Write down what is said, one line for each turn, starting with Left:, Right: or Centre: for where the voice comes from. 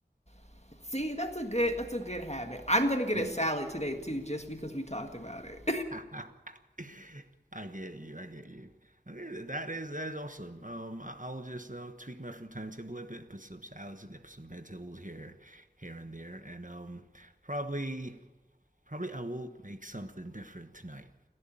Left: <laughs> See, that's a good that's a good habit. I'm gonna get
Right: Amazing.
Left: a salad today too, just because we talked about it.
Right: <laughs> I get you. I get you. Okay, that is that is awesome. Um, I, I'll just uh, tweak my food timetable a bit, put some salads in there, put some vegetables here, here and there, and um, probably probably I will make something different tonight.